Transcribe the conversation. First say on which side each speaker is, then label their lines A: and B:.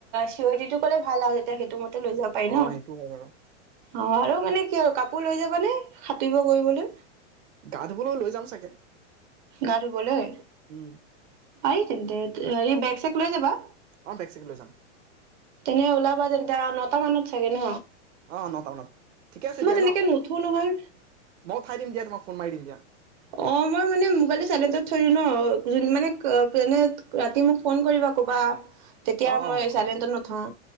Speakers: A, on the right (about 40°); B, on the right (about 80°).
A: চিৰিটিটো ক'লে ভাল আৰু যেতিয়া সেইটো মতে লৈ যাব পাৰি
B: অ
A: ন।
B: সেইটো হয় বাৰু
A: অ', আৰু মানে কি আৰু কাপোৰ লৈ যাবা নে সাঁতুৰ কৰিবলৈ?
B: গা ধুবলৈও লৈ যাম চাগে
A: গা ধৰুবলৈ
B: উম
A: আহি তেন্তে হেৰি বেগ চেগ লৈ যাবা
B: অ বেগ চেগ লৈ যাম
A: তেনে ওলাবা তেন্তে‌ নটা মানত চাগে ন
B: অ নটা ন ঠিকে আছে
A: মই
B: দিয়য়াাশ
A: তেনেকে
B: ন
A: নুঠো নহয়
B: মইঠাই দিম দিয়া তোমাক ফোন মাৰি দিম দিয়া
A: অ', মই মানে ম'বাইল চাইচত থৈলো ন' মানে যে ৰাতি মোক ফোন কৰিবা ক'বা। তেতিয়া
B: অ অ
A: মই
B: হ'ব হ'ব
A: চাইলেন্টত নথওঁ।